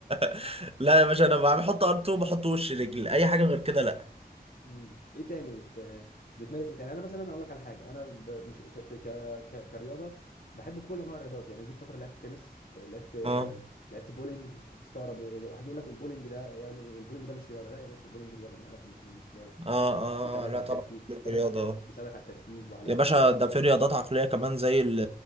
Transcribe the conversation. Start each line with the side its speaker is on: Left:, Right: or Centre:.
Right: <laughs> لا يا باشا انا بحط ار2 بحط وش رجل اي حاجه غير كده لا
Left: امم ايه تاني بت... بتمارس ايه تاني انا مثلا اقول لك على حاجه انا ب... مش في, في ك... ك... كرياضه بحب كل انواع الرياضات يعني جيت فتره لعبت تنس لعبت
Right: اه
Left: لعبت بولينج تستغرب واحد يقول لك البولينج ده يعني البولينج ده مش رياضه لا يا باشا البولينج رياضه مين قال لك ان البولينج مش رياضه
Right: اه اه
Left: بيساعدك
Right: آه، لا
Left: على
Right: طبعا
Left: التركيز بيساعدك
Right: من رياضة
Left: على التر... بيساعدك على التركيز وعلى
Right: يا باشا ده في رياضات عقلية كمان زي ال-